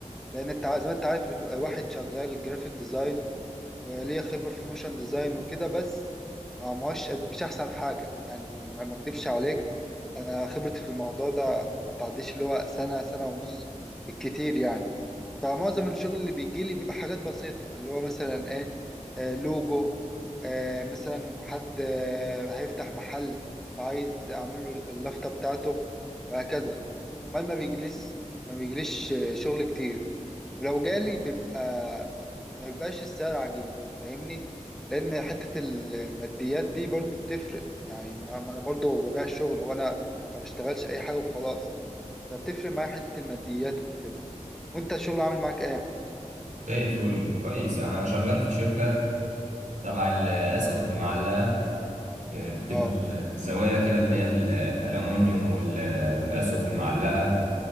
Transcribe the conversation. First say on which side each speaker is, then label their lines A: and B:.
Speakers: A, in the centre; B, on the right.
A: لان انت ع- زي ما انت عارف الواحد شغال جرافيك ديزاين وليه خبره في الموشن ديزاين وكده بس ما ماش مش احسن حاجه يعني ما ما اكدبش عليك انا خبرتي في الموضوع ده ما بتعديش اللي هو سنه سنه ونص بالكتير يعني فمعظم الشغل اللي بيجي لي بيبقى حاجات بسيطة اللي هو مثلا ايه آه لوجو آه مثلا حد آه هيفتح محل عايز اعمل له اللافتة بتاعته وهكذا ما ما بيجلس ما بيجليش آه، شغل كتير ولو جالي بيبقى ما بيبقاش السعر عاجبني فاهمني لان حتة الماديات دي برضو بتفرق يعني ما ما انا برضو ببيع الشغل وانا ما بشتغلش اي حاجة وخلاص فبتفرق معايا حتة الماديات وكده وانت الشغل عامل معاك ايه
B: زي الفل، كويس، انا شغال في شركة تبع الاسقف المعلقة آه، بتبقى
A: اه
B: زوايا كده اللي هي الالومنيوم وال- والاسقف المعلقة